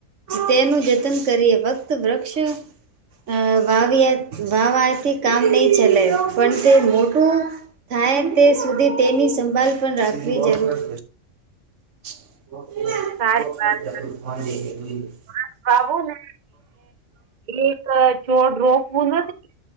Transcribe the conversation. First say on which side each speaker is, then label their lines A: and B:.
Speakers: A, on the right; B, on the right.
A: તેનું જતન કરીએ વક્ત વૃક્ષ અ વાવીએ વાવાથી કામ નહીં ચલે પણ તે મોટું થાય તે સુધી તેની સંભળ પણ રાખવી જરૂર <unintelligible>
B: સારી વાત <unintelligible> એક છોડ રોપવું નથી